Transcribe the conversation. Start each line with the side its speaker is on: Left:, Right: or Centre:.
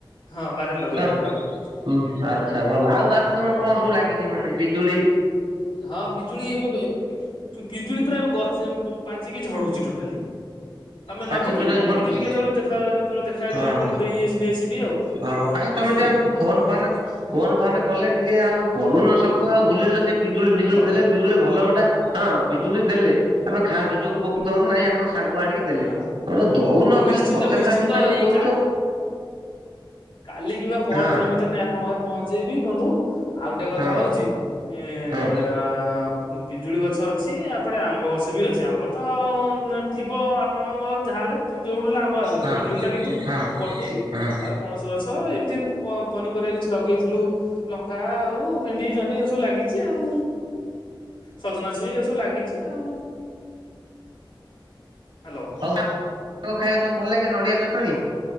Left: ହଁ ବାରିରେ ଲଗେଇଛନ୍ତି
Right: ତ
Left: ବାପା।
Right: ହୁଁ ଆଚ୍ଛା ଭଲ ଆଉ ବାରିରେ
Left: ହୁଁ
Right: ତମର କଣ ସବୁ ଲାଗିଛି ମାନେ ବିଜୁଳି?
Left: ହଁ ପିଜୁଳି ଏବେ ବେ ପିଜୁଳି ପୁରା ଏବେ ଗଛ ପାଚିକି ଝଡୁଛି ଟୋଟାଲି। ତମେ
Right: ପାଚି
Left: ନବ କି
Right: ଟୋଟାଲ
Left: ମୁଁ ପଠେଇଦବି
Right: ଝଡୁଛି
Left: କେତେବେଳେ ଦେଖା କେତେବେଳେ ଦେଖାଇବି
Right: ହଁ
Left: ଆପଣ ଦେଇଦେଇକି ଆସିି ଆସିବି ଆଉ
Right: ହଁ କାଇଁ
Left: ବୁଝିଲେ।
Right: ତମେ ଟିକେ ଆମକୁ ଫୋନ ଫାନେ ଫୋନ ଫାନେ କଲେ ଟିକେ ଆଉ କରୁନ ସବୁ ଆଉ ଭୁଲିଗଲେ ସେ ପିଜୁଳି ଫିଜୁଳି
Left: ହ୍ୟାଲୋ
Right: ଦେଲେ ପିଜୁଳି ଭଲ ଗୋଟା ହଁ ପିଜୁଳି ଦେଲେ ଆମେ ଖାଆନ୍ତୁ ଟେ ଉପକୃତ ହୁନ୍ତୁ ନାହିଁ ଆମ ସାଙ୍ଗ ଆଣିକି ଦେଲେ
Left: ହଁ
Right: ତମେ ଦଉନ
Left: ମୁଁ ନିଶ୍ଚିନ୍ତ
Right: ଖାଲି ପଚାରିଲାଠୁ
Left: ନିଶ୍ଚିନ୍ତ
Right: ଖାଲି
Left: ଏଇ
Right: କହୁଛ।
Left: କାଲି କିମ୍ବା ପହର
Right: ହଁ
Left: ଦିନ ଭିତରେ ନେଇ ଆପଣ ପହଞ୍ଚେଇବି ବନ୍ଧୁ। ଆଉ ଗୋଟେ କଥା
Right: ହଁ
Left: ହଉଛି ଏ
Right: ହଁ
Left: ଆ ମୁଁ ପିଜୁଳି ଗଛ ଅଛି ଆପଟେ ଆମ୍ବ ଗଛ ବି ଅଛି ଆମ୍ବ ତ ଥି ଵ ଆପଣଙ୍କ ଯାହେଲେ ଯୋଉଠୁ ହେଲେ ଆମ୍ବ ଆସିଯାଉଥିବ
Right: ହଁ
Left: ତ ପିଜୁଳି ଟା କିନ୍ତୁ ମୁଁ
Right: ହଁ
Left: ପଠେଇବି
Right: ହଁ
Left: ଆଉ ପଣସ ଗଛ ଏମିତି ପନିପରିବା କିଛି ଲଗେଇଥିଲୁ। ଲଙ୍କା ଆଉ ଭେଣ୍ଡି ଜହ୍ନି ଏରା ସବୁ ଲାଗିଛି ଆଉ। ସଜନା ଛୁଇଁ ଏରା ସବୁ ଲାଗିଛି ଆଉ। ହ୍ୟାଲୋ।
Right: ଖାଇବାକୁ ତମକୁ ଭଲ ଲାଗେ ନଡ଼ିଆ ଚଟଣି?